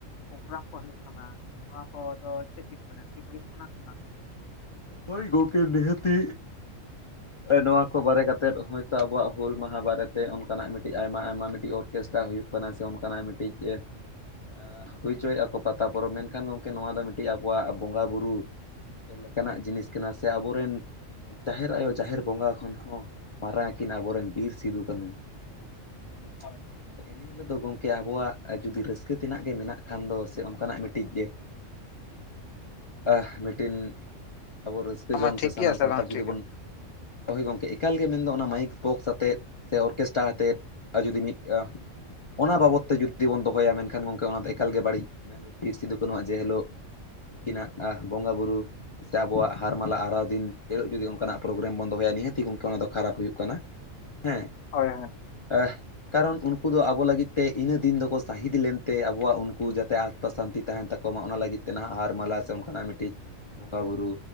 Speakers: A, on the left; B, on the left.
A: ᱯᱨᱳᱜᱨᱟᱢ ᱠᱚ ᱦᱩᱭᱩᱜ ᱠᱟᱱᱟ ᱱᱚᱣᱟ ᱠᱚᱫᱚ ᱪᱮᱫ ᱵᱮᱱ ᱢᱮᱱᱟ ᱴᱷᱤᱠ ᱦᱩᱭᱩᱜ ᱠᱟᱱᱟ ᱥᱮ ᱵᱟᱝ?
B: ᱦᱳᱭ ᱜᱚᱢᱠᱮ ᱱᱤᱦᱟᱹᱛᱤᱼᱼ ᱱᱚᱣᱟ ᱠᱚ ᱵᱟᱨᱮ ᱠᱟᱛᱮᱫ ᱦᱳᱭᱛᱳ ᱟᱵᱚᱣᱟᱜ ᱦᱩᱞ ᱢᱟᱦᱟ ᱵᱟᱨᱮᱛᱮ ᱚᱱᱠᱟᱱᱟᱜ ᱢᱤᱫᱴᱤᱡ ᱟᱭᱢᱟ ᱟᱭᱢᱟ ᱢᱤᱫᱴᱤᱡ ᱚᱨ ᱪᱮᱥᱴᱟ ᱦᱩᱭᱩᱜ ᱠᱟᱱᱟ ᱥᱮ ᱚᱱᱠᱟᱱᱟᱜ ᱢᱤᱫᱴᱤᱡᱼᱼ
A: <unintelligible>
B: ᱮ ᱦᱩᱭ ᱦᱚᱪᱚᱭᱮᱫ ᱟᱠᱚ ᱯᱟᱛᱟ ᱯᱚᱨᱚᱵᱽ ᱢᱮᱱᱠᱷᱟᱱ ᱜᱚᱝᱠᱮ ᱱᱚᱣᱟ ᱫᱚ ᱢᱤᱫᱴᱤᱡ ᱟᱵᱚᱣᱟᱜ ᱵᱚᱸᱜᱟ ᱵᱩᱨᱩ ᱠᱟᱱᱟᱜ ᱡᱤᱱᱤᱥ ᱠᱟᱱᱟ ᱥᱮ ᱟᱵᱚᱨᱮᱱ ᱡᱟᱦᱮᱨ ᱟᱭᱳ ᱡᱟᱦᱮᱨ ᱵᱚᱸᱜᱟ ᱠᱷᱚᱱ ᱦᱚᱸ ᱢᱟᱨᱟᱝ ᱟᱹᱠᱤᱱ ᱟᱵᱚᱨᱮᱱ ᱵᱤᱨ ᱥᱤᱫᱩᱼ ᱠᱟᱹᱱᱩ᱾ ᱦᱩ
A: ᱦᱳᱭ
B: ᱤᱱᱟ. ᱦᱤᱞᱳᱜ ᱫᱚ ᱜᱚᱝᱠᱮ ᱟᱵᱚᱣᱟᱜ ᱡᱩᱫᱤ ᱨᱟᱹᱥᱠᱟᱹ ᱛᱮᱱᱟᱜ ᱜᱮ ᱢᱮᱱᱟᱜ ᱠᱷᱟᱱ ᱫᱚ ᱥᱮ ᱚᱱᱠᱟᱱᱟᱜ ᱢᱤᱫᱴᱤᱡ ᱟ ᱢᱤᱫᱴᱤᱱ ᱟᱵᱚ ᱨᱟᱹᱥᱠᱟᱹ
A: ᱚᱱᱟ
B: ᱡᱚᱝ
A: ᱴᱷᱤᱠ
B: ᱥᱮ ᱥᱟᱱᱟᱢ
A: ᱜᱮᱭᱟ
B: ᱥᱟᱱᱛᱟᱲ
A: ᱵᱟᱝ
B: ᱡᱩᱫᱤ
A: ᱴᱷᱤᱠᱟ
B: ᱵᱚᱱ ᱦᱳᱭ ᱜᱚᱝᱠᱮ ᱮᱠᱟᱞᱜᱮ ᱢᱮᱱᱫᱚ ᱚᱱᱟ ᱢᱟᱭᱤᱠ ᱵᱚᱠᱥ ᱟᱛᱮᱫ ᱥᱮ ᱚᱨᱠᱮᱥᱴᱨᱟ ᱟᱛᱮᱫ ᱟᱨ ᱡᱩᱫᱤ ᱢᱤᱫ ᱟ ᱚᱱᱟ ᱵᱟᱵᱚᱫ ᱛᱮ ᱡᱩᱫᱤ ᱵᱚᱱ ᱫᱚᱦᱚᱭᱟ ᱢᱮᱱᱠᱷᱟᱱ ᱜᱚᱝᱠᱮ ᱚᱱᱟ ᱫᱚ ᱮᱠᱟᱞ ᱜᱮ ᱵᱟᱹᱲᱤᱡ ᱢᱮᱱ ᱫᱚ ᱵᱤᱨ ᱥᱤᱫᱩ ᱠᱟᱹᱱᱩᱣᱟᱜ ᱡᱮ ᱦᱤᱞᱳᱜ ᱩᱱᱠᱤᱱᱟᱜ ᱵᱚᱸᱜᱟᱼ ᱵᱩᱨᱩ ᱥᱮ ᱟᱵᱚᱣᱟᱜ ᱦᱟᱨ ᱢᱟᱞᱟ ᱟᱨᱟᱣ ᱫᱤᱱ ᱦᱤᱞᱳᱜ ᱡᱩᱫᱤ ᱚᱱᱠᱟᱱᱟᱜ ᱯᱨᱳᱜᱨᱟᱢ ᱵᱚᱱ ᱫᱚᱦᱚᱭᱟ ᱱᱤᱦᱟᱹᱛ ᱜᱮ ᱜᱚᱝᱠᱮ ᱚᱱᱟ ᱫᱚ ᱠᱷᱟᱨᱟᱯ ᱦᱩᱭᱩᱜ ᱠᱟᱱᱟ᱾ ᱦᱮᱸ
A: ᱦᱳᱭ ᱦᱳᱭ
B: ᱮ ᱠᱟᱨᱚᱱ ᱩᱱᱠᱩ ᱫᱚ ᱟᱵᱚ ᱞᱟᱹᱜᱤᱫ ᱛᱮ ᱤᱱᱟᱹ ᱫᱤᱱ ᱫᱚᱠᱚ ᱥᱟᱹᱦᱤᱫ ᱞᱮᱱᱛᱮ ᱟᱵᱚᱣᱟᱜ ᱩᱱᱠᱩ ᱡᱟᱛᱮ ᱟᱛ ᱛᱟ ᱥᱟᱱᱛᱤ ᱛᱟᱦᱮᱱ ᱛᱟᱠᱚ ᱢᱟ ᱚᱱᱟ ᱞᱟᱹᱜᱤᱫ ᱛᱮ ᱱᱟᱦᱟᱜ ᱦᱟᱨ ᱢᱟᱞᱟ ᱥᱮ ᱚᱱᱠᱟᱱᱟᱜ ᱢᱤᱫᱴᱤᱡ ᱵᱚᱸᱜᱟ ᱵᱩᱨᱩ